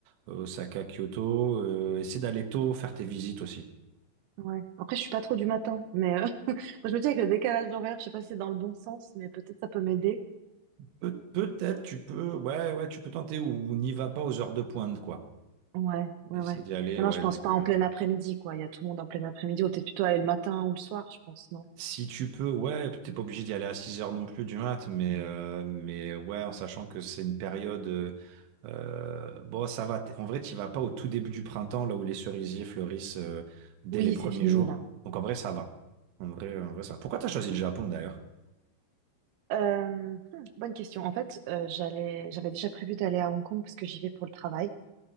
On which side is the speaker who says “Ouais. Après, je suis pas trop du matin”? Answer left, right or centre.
Right